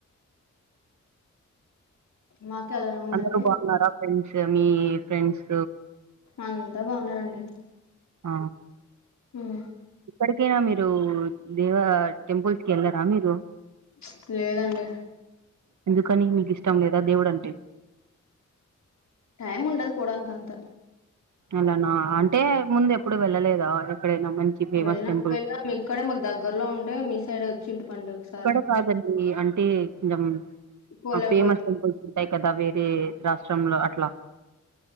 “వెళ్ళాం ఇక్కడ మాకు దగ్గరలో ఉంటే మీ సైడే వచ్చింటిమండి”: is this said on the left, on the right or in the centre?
Left